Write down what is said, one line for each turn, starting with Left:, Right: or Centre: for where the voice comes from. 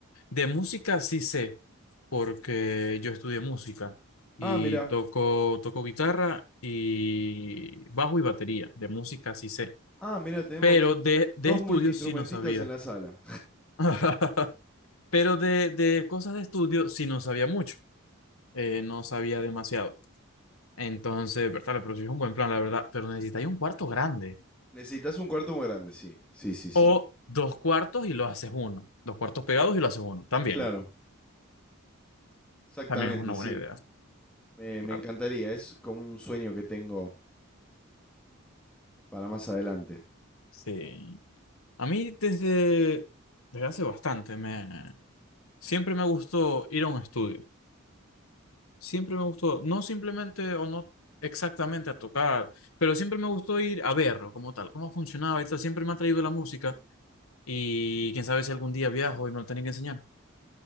Left: De música sí sé, porque yo estudié música y
Centre: Ah, mira,
Left: toco, toco guitarra y bajo y batería. De música sí sé,
Centre: ah, mira, tenemos
Left: pero de,
Centre: dos
Left: de estudios
Centre: multiinstrumentistas
Left: sí no sabía.
Centre: en la sala.
Left: <laughs> Pero de, de cosas de estudio sí no sabía mucho, eh, no sabía demasiado. Entonces, verdad, pero sí es un buen plan, la verdad, pero necesitáis un cuarto grande
Centre: <laughs> Necesitas un cuarto muy grande, sí, sí, sí, sí.
Left: o dos cuartos y lo haces uno. Dos cuartos pegados y lo haces uno. También,
Centre: Claro, exactamente,
Left: también es una buena
Centre: sí.
Left: idea,
Centre: Me, me
Left: claro.
Centre: encantaría, es como un sueño que tengo para más adelante.
Left: Sí. A mí desde, desde hace bastante me siempre me gustó ir a un estudio. Siempre me gustó, no simplemente o no exactamente a tocar, pero siempre me gustó ir a verlo como tal, cómo funcionaba y tal. Siempre me ha traído la música y quién sabe si algún día viajo y me lo tienen que enseñar.